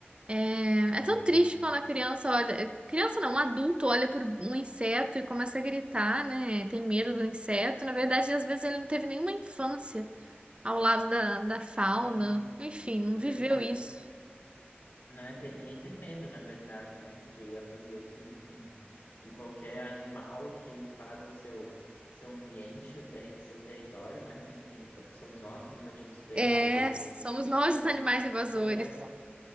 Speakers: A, on the right; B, on the left.
A: É,
B: exato.
A: é tão triste quando a criança olha, é, criança não, um adulto olha para um inseto e começa a gritar, né? Tem medo do inseto. Na verdade, às vezes ele não teve nenhuma infância ao lado da, da fauna.
B: Não é?
A: Enfim, não
B: Verdade.
A: viveu isso.
B: Né? Tem, e tem medo, na verdade, né? Porque aprendeu que, enfim, que qualquer animal que invada o seu, seu ambiente, o terri seu território, né? Sendo que fo- somos nós que invadimos o território
A: É,
B: deles,
A: somos nós
B: é,
A: os animais invasores.
B: qualquer